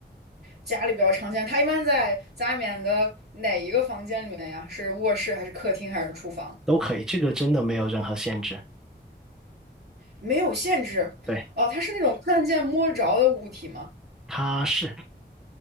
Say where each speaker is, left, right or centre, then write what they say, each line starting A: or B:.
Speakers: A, on the right; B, in the centre.
A: 家里比较常见，它一般在家里面的哪一个房间里面呀？是卧室还是客厅还是厨房？
B: 都可以，这个真的没有任何限制。
A: 没有限制。
B: 对，
A: 哦，它是那种看得见摸得着的物体吗？
B: 它是，